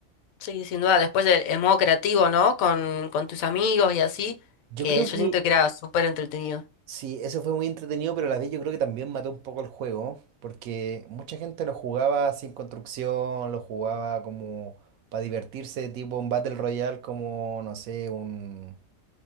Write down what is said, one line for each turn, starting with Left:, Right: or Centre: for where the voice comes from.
Left: sí, sin duda. Después el, el modo creativo, ¿no? Con, con tus amigos y así,
Right: Yo
Left: que
Right: creo
Left: yo
Right: que
Left: siento que era Sí. súper entretenido.
Right: sí, eso fue muy entretenido, pero a la vez yo creo que también mató un poco el juego, porque mucha gente lo jugaba sin construcción, lo jugaba como para divertirse, tipo un Battle Royale, como, no sé, un...